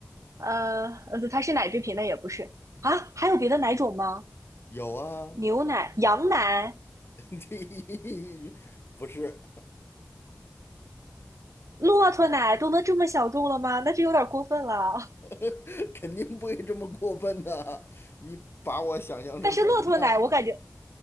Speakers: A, on the right (about 80°); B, on the left (about 50°).
A: 呃呃，它是奶制品，那也不是啊？还有别的奶种吗？
B: 有啊，
A: 牛奶、羊奶、
B: <laughs> 这不是，
A: 骆驼奶都能这么小众了吗？那这有点过分了。<laughs>
B: <laughs> 肯定不会这么过分的。你把我想象成什么了？
A: 但是骆驼奶，我感觉，